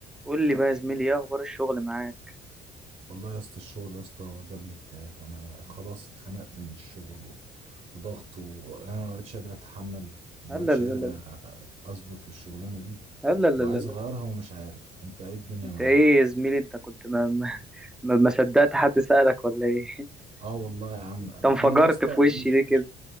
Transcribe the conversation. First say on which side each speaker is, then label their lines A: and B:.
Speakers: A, in the centre; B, on the right.
A: قول لي بقى يا زميلي ايه اخبار الشغل معاك
B: والله يا اسطى الشغل يا اسطى جاب لي اكتئاب انا خلاص اتخنقت من الشغل و... وضغط وانا ما بقتش قادر اتحمل وما
A: لا
B: بقتش
A: لا لا
B: قادر
A: لا
B: أ- اصبر في الشغلانه دي
A: لا لا
B: وعايز
A: لا لا
B: اغيرها ومش عارف انت ايه الدنيا
A: انت
B: معاك
A: ايه يا زميلي انت كنت ما ما, ما ما صدقت حد سألك ولا ايه <laughs>
B: اه والله يا عم
A: انت
B: أب-
A: انفجرت
B: انا يا اسطى
A: في وشي
B: مش
A: ليه كده
B: مش